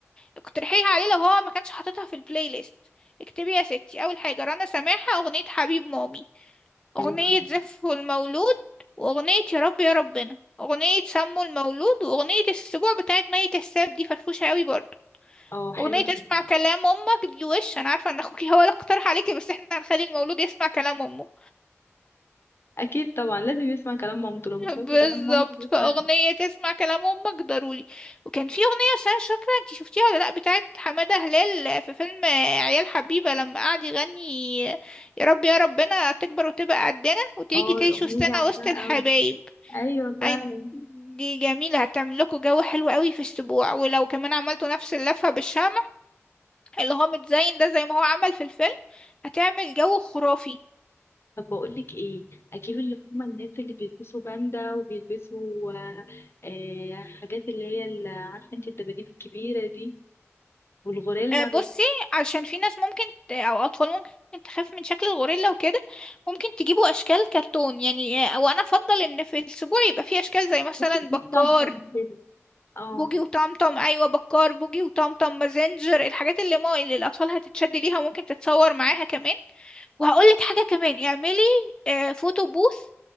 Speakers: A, on the left; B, on the left.
A: اقترحيها عليه لو هو ما كانش حاططها في البلاي ليست اكتبي يا ستي أول حاجة رنا سماحة أغنية حبيب مامي أغنية
B: حلو قوي
A: زفه المولود وأغنية يا رب يا ربنا أغنية سمو المولود وأغنية السبوع بتاعت مي كساب دي فرفوشة قوي برضه
B: اه حلو
A: أغنية
B: قوي
A: اسمع كلام أمك دي وش أنا عارفة إن أخوكي هو اللي اقترح عليكي بس احنا هنخلي المولود يسمع كلام أمه
B: اكيد طبعا لازم يسمع كلام مامته
A: <laughs>
B: لو ما سمعش
A: بالظبط
B: كلام مامته يسمع
A: فأغنية تسمع كلام أمك ضروري وكان في أغنية بس أنا مش فاكرة انتي شفتيها ولا لأ بتاعت حمادة هلال في فيلم عيال حبيبة لما قعد يغني يا رب يا ربنا تكبر وتبقى قدنا وتيجي
B: اه
A: تعيش
B: الاغنيه
A: وسطنا
B: دي عارفاها
A: وسط الحبايب
B: قوي ايوه فعلا
A: أي دي جميلة هتعمل لكم جو حلو قوي في السبوع ولو كمان عملتوا نفس اللفة بالشمع اللي هو متزين ده زي ما هو عمل في الفيلم هتعمل جو خرافي
B: طب بقول لك ايه اجيب اللي هم الناس اللي بيلبسوا باندا وبيلبسوا آه آه، حاجات اللي هي ال- عارفه انت الدباديب الكبيره دي والغوريلا
A: آه، بصي عشان في ناس ممكن ت- او اطفال ممكن تخاف من شكل الغوريلا وكده ممكن تجيبوا اشكال كرتون يعني آه، وانا افضل ان في الاسبوع يبقى في اشكال زي مثلا
B: ممكن اجيب
A: بكار
B: طمطم كده اه
A: بوجي وطمطم ايوه بكار بوجي وطمطم مازنجر الحاجات اللي ما اللي الاطفال هتتشد ليها وممكن تتصور معاها كمان وهقول لك حاجه كمان اعملي آه، فوتو بوث